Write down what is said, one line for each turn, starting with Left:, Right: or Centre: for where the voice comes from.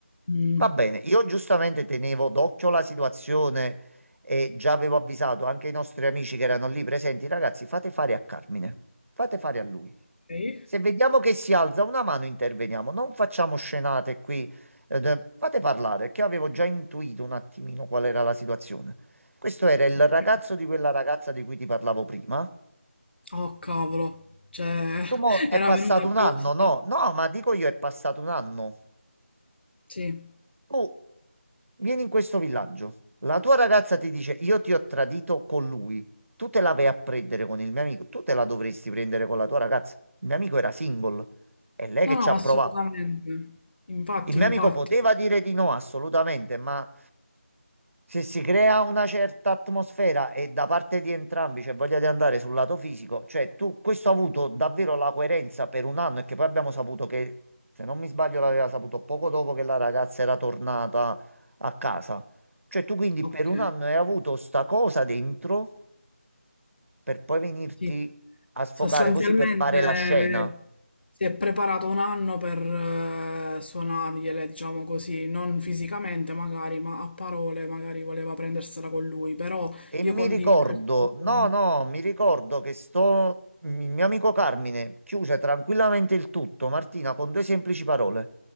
Left: Mm.
Right: va bene. Io giustamente tenevo d'occhio la situazione e già avevo avvisato anche i nostri amici che erano lì presenti, ragazzi, fate fare a Carmine, fate fare a lui.
Left: Ok.
Right: Se vediamo che si alza una mano, interveniamo. Non facciamo scenate qui. eh, d- fate parlare, perché io avevo già intuito un attimino qual era la situazione. Questo era il
Left: Ok.
Right: ragazzo di quella ragazza di cui ti parlavo prima.
Left: Oh cavolo, cioè <laughs>
Right: Tu mo è
Left: era
Right: passato
Left: venuto apposta.
Right: un anno, no? No, ma dico io è passato un anno.
Left: Sì.
Right: Tu vieni in questo villaggio. La tua ragazza ti dice: Io ti ho tradito con lui. Tu te la vai a prendere con il mio amico. Tu te la dovresti prendere con la tua ragazza. Il mio amico era single. È lei
Left: No,
Right: che ci
Left: no,
Right: ha
Left: ma
Right: provato.
Left: assolutamente. Infatti,
Right: Il mio
Left: infatti.
Right: amico poteva dire di no, assolutamente, ma se si crea una certa atmosfera e da parte di entrambi c'è voglia di andare sul lato fisico, cioè tu, questo ha avuto davvero la coerenza per un anno e che poi abbiamo saputo che, se non mi sbaglio, l'aveva saputo poco dopo che la ragazza era tornata a casa. Cioè tu quindi
Left: Ok.
Right: per un anno hai avuto sta cosa dentro per poi venirti
Left: Sì.
Right: a sfogare
Left: Sostanzialmente
Right: così per fare la scena.
Left: si è preparato un anno per eh, suonargliele, diciamo così, non fisicamente magari, ma a parole magari voleva prendersela con lui, però
Right: E
Left: io
Right: mi
Left: condivido
Right: ricordo,
Left: il suo...
Right: no, no, mi ricordo che sto, il mio amico Carmine chiuse tranquillamente il tutto, Martina, con due semplici parole.